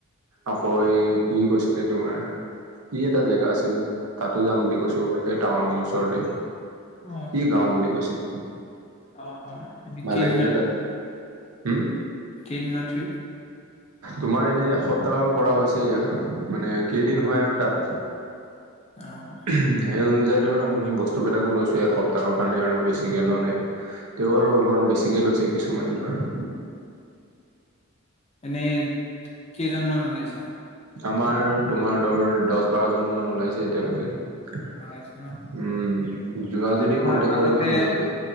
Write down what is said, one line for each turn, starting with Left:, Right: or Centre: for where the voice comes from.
Right: আকৌ ই, ই গৈছিলে তোমাৰ। ই এটা জেগা আছিল তাতো যাম বুলি কৈছো এই টাৱাংৰ ওচৰতে।
Left: অ
Right: কি গাও বুলি কৈছিল?
Left: অ অ এনে
Right: ভালেই
Left: কেইদিনৰ
Right: বোলে তাত,
Left: ট্ৰিপ?
Right: উম?
Left: কেইদিনৰ ট্ৰিপ?
Right: তোমাৰ এনে এসপ্তাহৰ কৰা হৈছে এয়া মানে কেইদিন হয় আৰু তাত।
Left: আ
Right: উহু সেই অনুযায়ী ধৰ আমি বস্তুবিলাকো লৈছো এসপ্তাহৰ কাৰণে আৰু বেছিকে লোৱা নাই। তেওঁ
Left: অ
Right: আৰু অলপমান
Left: অ
Right: বেছিকে লৈছে কিছুমানে ধৰ।
Left: অ'এনেই কেইজনমান ওলাইছা?
Right: আমাৰ তোমাৰ দৰ দছ, বাৰজনমান ওলাইছে এতিয়ালৈকে।
Left: ওলাইছে ন
Right: উম, যোৱা
Left: এ
Right: যদি
Left: তোমাৰ
Right: কন্টেক
Left: আগতে
Right: কৰিবা আমাৰ লগতে।